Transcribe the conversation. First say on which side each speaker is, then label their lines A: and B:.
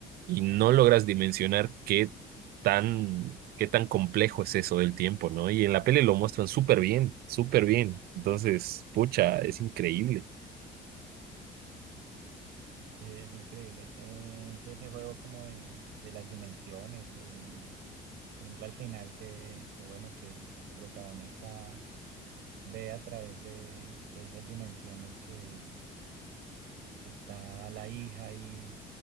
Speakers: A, on the right; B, on the right.
A: y no logras dimensionar qué tan, qué tan complejo es eso del tiempo, ¿no? Y en la peli lo muestran súper bien, súper bien. Entonces, pucha, es increíble.
B: Sí, es increíble ese, sí, ese juego como de, de las dimensiones, de, por ejemplo, al final que, que bueno, que el protagonista ve a través de, de esas dimensiones que que está la hija ahí